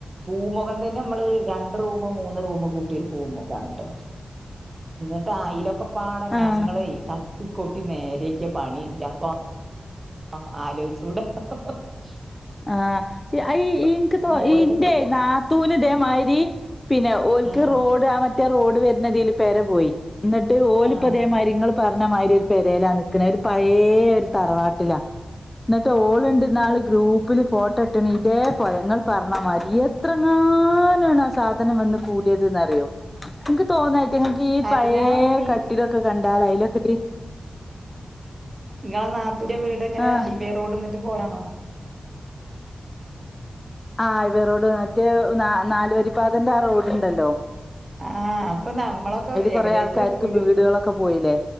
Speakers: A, on the right; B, on the left.
A: പൂമുഖം തന്നെ നമ്മള് രണ്ട് റൂമ് മൂന്ന് റൂമ് കൂട്ടിയ ഒരു പൂമുഖാണ് ട്ടോ ഇന്നിട്ട് അയിലൊക്ക പാട ഞങ്ങളെ
B: ആഹ്
A: തട്ടിക്കൊട്ടി നേരക്കിയ പണിന്റെ പൊ ആഹ് ആലോയിച്ചുടാ ഹ് ഹ് ഹ്
B: ആഹ് ആ ഈ ഇനിക്ക് തോ
A: മോളില്
B: ഇന്റെ നാത്തൂ തൂന് ഇതേ മായിരി പിന്നെ ഓൽക്ക്
A: ഉം
B: റോഡ് ആഹ് മറ്റേ റോഡ് വരുന്നതിൽ പേര പോയി ന്നിട്ട് ഓല്പ്പതേമായിരിങ്ങൾ
A: ആഹ്
B: പറഞ്ഞ മായിരി ഒരു പേരെല നിക്ക്ണെ ഒര് പയേ ഒര് തറവാട്ടിലാ ന്നിട്ട് ഓള്ണ്ട് ന്നാള് ഗ്രൂ ഗ്രൂപ്പില് ഫോട്ടോ ഇട്ട്ണ് ഇതേ പോലെ ങ്ങള് പറഞ്ഞമായിരി എത്രങ്ങാനുആണ് സാധനം വന്ന് കൂടി ത് അറിയോ ഇൻക്ക് തോന്നാ അയിറ്റിങ്ങക്ക് ഈ
A: അല്ല
B: പയെ
A: പി
B: കട്ടിലൊക്കെ കണ്ടാല് അയിലൊക്കെ
A: ങ്ങളെ നാത്തൂന്റെ വീട് ഇങ്ങനെ
B: ആഹ്
A: ഹൈവേ റോഡ് ന്നിട്ട് പോലാണോ
B: ആഹ് ഹൈവേ റോഡ് മറ്റേ നാലുവരിപ്പാതന്റെ ആഹ് റോഡ് ണ്ടല്ലോ
A: ആഹ് അപ്പൊ നമ്മളൊക്കെ ഏകദേശം
B: കൊറേ ആൾക്കാർക്ക്
A: ഒര്
B: ഇപ്പ വീടുകളൊക്കെ പോയില്ലേ